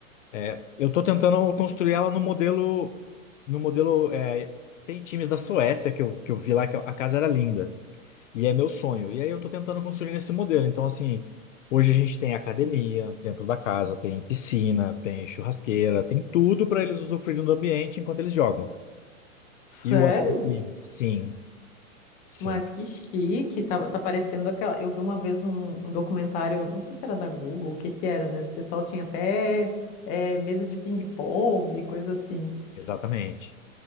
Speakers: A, on the left (about 60°); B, on the left (about 20°).
A: é, eu tô tentando construir ela no modelo, no modelo, é, tem times da Suécia que eu, que eu vi lá que a casa era linda. E é meu sonho. E aí eu tô tentando construir esse modelo. Então, assim, hoje a gente tem academia dentro da casa, tem piscina, tem churrasqueira, tem tudo para eles usufruírem do ambiente enquanto eles jogam.
B: Sério?
A: E o ambiente, sim, sim,
B: Mas que chique, tá, tá parecendo aquela. Eu vi uma vez um, um documentário, não sei se era da Google, o que que era, né? O pessoal tinha até eh, mesa de ping-pong, coisa assim.
A: exatamente.